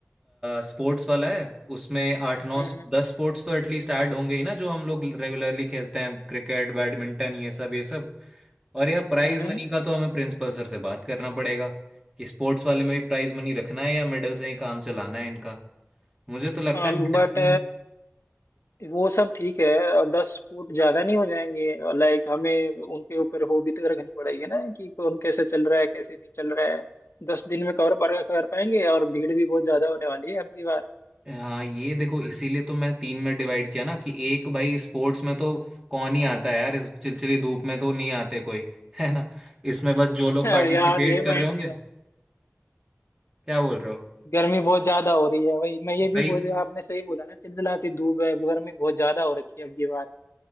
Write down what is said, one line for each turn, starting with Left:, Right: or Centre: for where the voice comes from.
Right: स्पोर्ट्स वाला है उसमें आठ नौ
Left: हम्म
Right: दस स्पोर्ट्स तो एटलीस्ट ऐड होंगे ही ना जो हम लोग रेगुलरली खेलते हैं क्रिकेट बैडमिंटन ये सब ये सब और यह प्राइज
Left: हम्म
Right: मनी का तो हमें प्रिंसिपल सर से बात करना पड़ेगा कि स्पोर्ट्स वाले में भी प्राइज मनी रखना है या मेडल से ही काम चलाना है इनका मुझे तो लगता
Left: हम्म
Right: है मेडल
Left: बट
Right: से ही
Left: वो सब ठीक है और दस फुट ज़्यादा नहीं हो जाएंगे लाइक हमें उनके ऊपर हो भी तो रखनी पड़ेगी ना कि कौन कैसे चल रहा है कैसे नहीं चल रहा है दस दिन में कवर पर कर पाएंगे और भीड़ भी बहुत ज़्यादा होने वाली है अब की बार
Right: हाँ ये देखो इसीलिए तो मैं तीन में डिवाइड किया ना कि एक भाई स्पोर्ट्स में तो कौन ही आता है यार इस चिलचिली धूप में तो नहीं आते कोई <laughs> है ना इसमें बस जो
Left: <laughs>
Right: लोग
Left: यार
Right: पार्टिसिपेट
Left: ये
Right: कर
Left: पॉइंट
Right: रहे होंगे
Left: भी
Right: क्या बोल रहे हो
Left: गर्मी बहुत ज्यादा हो रही है वही मैं ये
Right: भाई
Left: भी बोल आपने सही बोला ना चिलचिलाती धूप है गर्मी बहुत ज्यादा हो रखी है अब ये बार